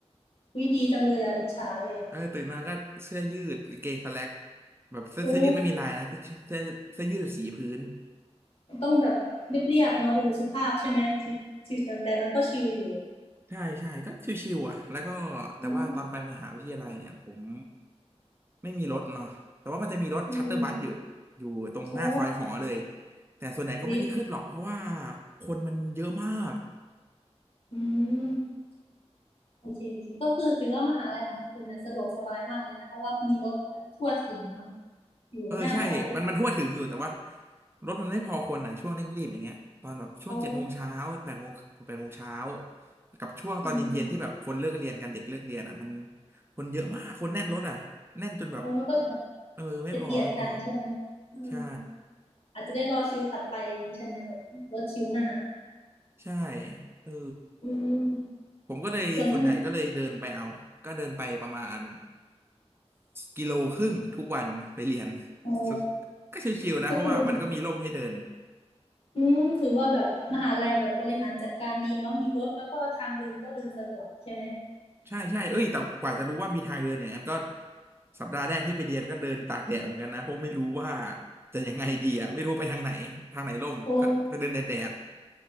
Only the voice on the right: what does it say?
เออตื่นมาก็เสื้อยืดกางเกงสแล็กแบบเสื้อเสื้อยืดไม่มีลายนะเสื้อเสื้อเสื้อยืดสีพื้น
ใช่ใช่ก็ชิวๆอ่ะแล้วก็แต่ว่าตอนไปมหาวิทยาลัยเนี่ยผม
ไม่มีรถเนาะแต่ว่ามันจะมีรถชัตเตอร์บัสอยู่อยู่ตรงหน้าซอยหอเลย
แต่ส่วนใหญ่ก็ไม่ได้ขึ้นหรอกเพราะว่า
คนมันเยอะมาก
เออใช่มันมันทั่วถึงอยู่แต่ว่ารถมันไม่พอคนอ่ะช่วงเร่งรีบอย่างเงี้ยตอนแบบช่วงเจ็ดโมงเช้าแปดโมงแปดโมงเช้า
กับช่วงตอนเย็นๆที่แบบคนเลิกเรียนกันเด็กเลิกเรียนอ่ะมัน
คนเยอะมากคนแน่นรถอ่ะแน่นจนแบบ
เออไม่พอไม่พอ
ใช่
ใช่เออ
ผมก็เลยส่วนใหญ่ก็เลยเดินไปเอาก็เดินไปประมาณ
กิโลครึ่งทุกวันไปเรียน <laughs>
สก็ชิวๆนะเพราะว่ามันก็มีร่มให้เดิน
ใช่ใช่เอ้ยแต่กว่าจะรู้ว่ามีทางเดินอย่างนั้นก็สัปดาห์แรกที่ไปเรียนก็เดินตากแดดเหมือนกันนะเพราะไม่รู้ว่าจะยังไงดีอ่ะไม่รู้ไปทางไหนทางไหนร่มก็ไปเดินแดดแดด